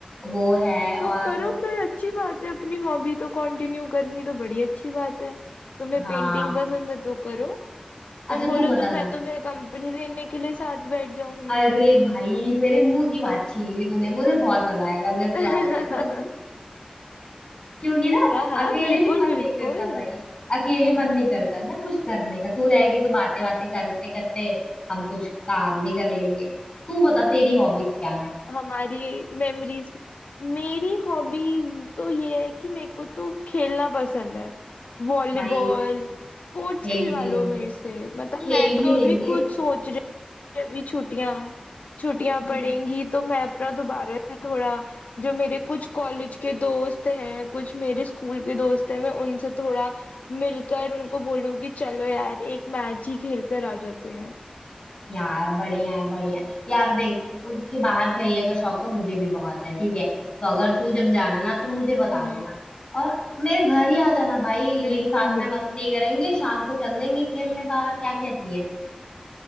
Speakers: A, on the left; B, on the left.
A: वो है और
B: तो करो फिर अच्छी बात है अपनी हॉबी तो कंटिन्यू करनी तो बड़ी अच्छी बात है तुम्हें पेंटिंग
A: हाँ
B: पसंद है तो करो तुम
A: अच्छा
B: बोलो
A: तू बताना
B: तो मैं तुम्हें कंपनी देने के लिए साथ बैठ जाऊंगी
A: अरे भाई मेरे मुंह की बात छीन ली तूने मुझे बहुत मजा आएगा अगर
B: <laughs>
A: तू आ जाए तो <laughs> क्योंकि ना
B: हाँ हाँ
A: अकेले
B: बिल्कुल
A: भी मन
B: बिल्कुल
A: नहीं करता भाई अकेले मन नहीं करता ना कुछ करने का तू रहेगी तो बातें बातें करते करते हम कुछ काम भी कर लेंगे तू बता तेरी हॉबीज क्या है
B: हमारी मेमोरीज मेरी हॉबीज तो ये है कि मेरे को तो खेलना पसंद है वॉलीबॉल
A: भाई
B: स्पोर्ट्स
A: खेल
B: खिलवा
A: भी लेंगे
B: लो मेरे से मतलब
A: खेल
B: मैं तो
A: भी
B: अभी
A: लेंगे
B: खुद सोच रही हूँ कि अभी छुट्टियां छुट्टियां
A: हम्म
B: पड़ेंगी तो मैं अपना दोबारा से थोड़ा जो मेरे कुछ कॉलेज के दोस्त हैं कुछ मेरे स्कूल के दोस्त हैं मैं उनसे थोड़ा मिलकर उनको बोलूँ कि चलो यार एक मैच ही खेल कर आ जाते हैं
A: यार बढ़िया है बढ़िया है यार देख के बाहर खेलने का शौक तो मुझे भी बहुत है ठीक है तो अगर तू जब जाना ना तो मुझे
B: हम्म
A: बता देना और मेरे घर ही आ जाना भाई
B: बिल्कुल
A: यही साथ में
B: बिल्कुल
A: मस्ती करेंगे शाम को चल देंगे खेलने बाहर क्या कहती है